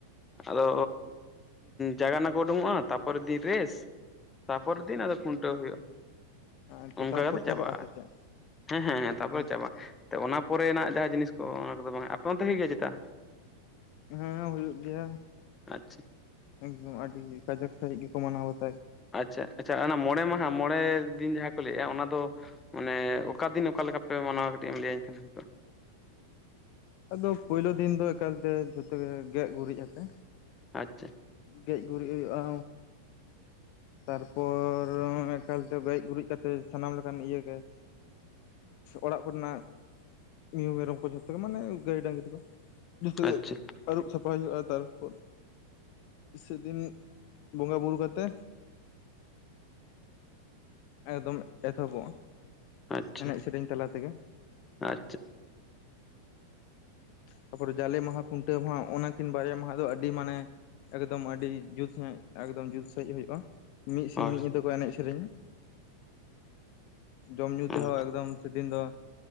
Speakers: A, on the left; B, on the left.
A: ᱟᱫᱚ ᱡᱟᱜᱟᱱᱱᱟ ᱠᱚ ᱳᱰᱩᱝᱚᱸᱜᱼᱟ ᱛᱟᱨᱯᱚᱨᱮᱨ ᱫᱤᱱ ᱨᱮᱥ ᱛᱟᱨᱯᱚᱨ ᱫᱤᱱ ᱟᱫᱚ ᱠᱷᱩᱱᱴᱟᱹᱣ ᱦᱩᱭᱩᱜᱼᱟ᱾
B: ᱟᱪᱪᱷᱟ
A: ᱚᱱᱠᱟ
B: ᱛᱟᱨᱯᱚᱨ
A: ᱠᱟᱛᱮᱜ ᱪᱟᱵᱟᱜᱼᱟ
B: ᱪᱟᱵᱟᱜ ᱟᱥᱮ
A: ᱟᱨ
B: ᱪᱮᱫ?
A: ᱦᱮᱸ ᱦᱮᱸ ᱦᱮᱸ ᱛᱟᱯᱚᱨᱮ
B: ᱟᱪᱪᱷᱟ
A: ᱪᱟᱵᱟᱜᱼᱟ ᱛᱚ ᱚᱱᱟ ᱯᱚᱨᱮᱱᱟᱜ ᱡᱟᱦᱟᱸ ᱡᱤᱱᱤᱥ ᱛᱚ ᱚᱱᱟ ᱠᱚᱫᱚ ᱵᱟᱝ ᱟᱯᱮ ᱚᱱᱛᱮ ᱦᱩᱭᱩᱜ ᱜᱮᱭᱟ ᱪᱮᱛᱟ?
B: ᱦᱮᱸ ᱦᱩᱭᱩᱜ ᱜᱮᱭᱟ
A: ᱟᱪᱪᱷᱟ
B: ᱮᱠᱫᱚᱢ ᱟᱹᱰᱤ ᱠᱟᱡᱟᱠ ᱥᱟᱺᱦᱤᱡ ᱜᱮᱠᱚ ᱢᱟᱱᱟᱣ ᱵᱟᱛᱟ
A: ᱟᱪᱪᱷᱟ ᱟᱪᱪᱷᱟ ᱚᱱᱟ ᱢᱚᱬᱮ ᱢᱟᱦᱟ ᱢᱚᱬᱮ ᱫᱤᱱ ᱡᱟᱦᱟᱸ ᱠᱚ ᱞᱟᱹᱭᱮᱫᱼᱟ ᱚᱱᱟ ᱫᱚ ᱢᱟᱱᱮ ᱚᱠᱟ ᱫᱤᱱ ᱚᱠᱟ ᱞᱮᱠᱟ ᱯᱮ ᱢᱟᱱᱟᱣ ᱠᱟᱹᱴᱤᱡ ᱮᱢ ᱞᱟᱹᱭᱟᱹ ᱤᱧ ᱠᱷᱟᱱ ᱦᱳᱭ ᱠᱚᱜ-ᱟ᱾ <inaudible>
B: ᱟᱫᱚ ᱯᱳᱭᱞᱳ ᱫᱤᱱ ᱫᱚ ᱮᱠᱟᱞᱛᱮ ᱡᱷᱚᱛᱚ ᱜᱮ ᱜᱮᱡ ᱜᱩᱨᱤᱡ ᱟᱛᱮ
A: ᱟᱪᱪᱷᱟ
B: ᱜᱮᱡ ᱜᱩᱨᱤᱡ ᱦᱩᱭᱩᱜᱼᱟ ᱛᱟᱨᱯᱚᱨ ᱮᱠᱟᱞᱛᱮ ᱜᱮᱡ ᱜᱩᱨᱤᱡ ᱠᱟᱛᱮᱜ ᱥᱟᱱᱟᱢ ᱞᱮᱠᱟᱱ ᱤᱭᱟᱹ ᱜᱮ ᱚᱲᱟᱜ ᱠᱚᱨᱮᱱᱟᱜ ᱢᱤᱦᱩᱸ ᱢᱮᱨᱚᱢ ᱠᱚ ᱡᱷᱚᱛᱚ ᱜᱮ ᱢᱟᱱᱮ ᱜᱟᱹᱭ ᱰᱟᱸᱝᱨᱤ ᱠᱚ ᱡᱚᱛᱚ ᱜᱮ
A: ᱟᱪᱪᱷᱟ
B: ᱟᱨᱩᱵ ᱥᱟᱯᱷᱟ ᱥᱟᱯᱟᱭ ᱦᱩᱭᱩᱜᱼᱟ ᱛᱟᱨᱯᱚᱨ ᱥᱮ ᱫᱤᱱ ᱵᱚᱸᱜᱟ ᱵᱩᱨᱩ ᱠᱟᱛᱮ ᱮᱠᱫᱚᱢ ᱮᱛᱚᱦᱚᱵᱚᱜᱼᱟ
A: ᱟᱪᱪᱷᱟ
B: ᱮᱱᱮᱡ ᱥᱮᱨᱮᱧ ᱛᱟᱞᱟ ᱛᱮᱜᱮ
A: ᱟᱪᱪᱷᱟ
B: ᱛᱟᱯᱚᱨᱮ ᱡᱟᱞᱮ ᱢᱟᱦᱟ ᱠᱷᱩᱱᱴᱟᱹᱣ ᱢᱟᱦᱟ ᱚᱱᱟᱠᱤᱱ ᱵᱟᱨᱭᱟ ᱢᱟᱦᱟ ᱫᱚ ᱟᱹᱰᱤ ᱢᱟᱱᱮ ᱮᱠᱫᱚᱢ ᱟᱹᱰᱤ ᱡᱩᱛ ᱥᱟᱺᱦᱤᱡ ᱮᱠᱫᱚᱢ ᱡᱩᱛ ᱥᱟᱺᱦᱤᱡ ᱦᱩᱭᱩᱜᱼᱟ ᱢᱤᱫ ᱥᱤᱧ
A: ᱦᱳᱭ
B: ᱢᱤᱫ ᱧᱤᱫᱟᱹ ᱠᱚ ᱮᱱᱮᱡ ᱥᱮᱨᱮᱧᱟ ᱡᱚᱢ ᱧᱩ
A: ᱦᱳᱭ
B: ᱛᱮᱦᱚᱸ ᱮᱠᱫᱚᱢ ᱥᱮᱫᱤᱱ ᱫᱚ